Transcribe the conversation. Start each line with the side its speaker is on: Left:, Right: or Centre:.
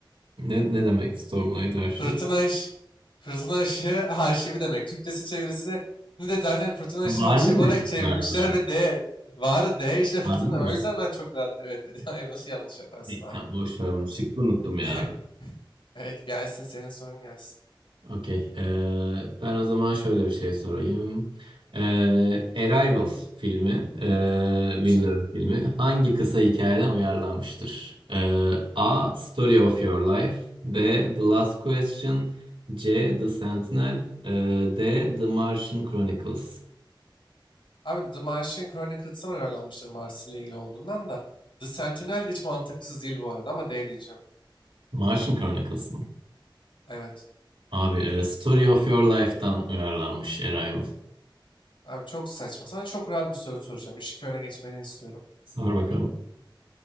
Right: Ne, ne demek Stormlight Archive?
Left: Fırtına ış... Fırtına ışığı arşivi demek. Türkçesi çevirisini de zaten fırtına ışığı
Right: Var
Left: arşiv
Right: mıydı
Left: olarak
Right: şıklarda?
Left: çevirmişler ve D. Varı D işte fırtına.
Right: Var mı?
Left: O yüzden ben çok rahat evet dedim. <laughs> Hayır nasıl yanlış yaparsın
Right: E,
Left: abi?
Right: tamam boş ver onu. Şıkkı unuttum ya.
Left: <laughs> Evet gelsin senin sorun gelsin.
Right: Okey. Ee, ben o zaman şöyle bir şey sorayım. Ee, Arrival filmi, ee,
Left: Güzel.
Right: Villeneuve filmi hangi kısa hikayeden uyarlanmıştır? Ee, A. Story of Your Life B. The Last Question C. The Sentinel ee, D. The Martian Chronicles
Left: Abi The Martian Chronicles'tan uyarlanmıştır Mars ile ilgili olduğundan da. The Sentinel de hiç mantıksız değil bu arada ama D diyeceğim.
Right: Martian Chronicles mı?
Left: Evet.
Right: Abi, e, Story of Your Life'tan uyarlanmış Arrival.
Left: Abi çok saçma. Sana çok rahat bir soru soracağım. Işık öne geçmeni istiyorum.
Right: Sor bakalım.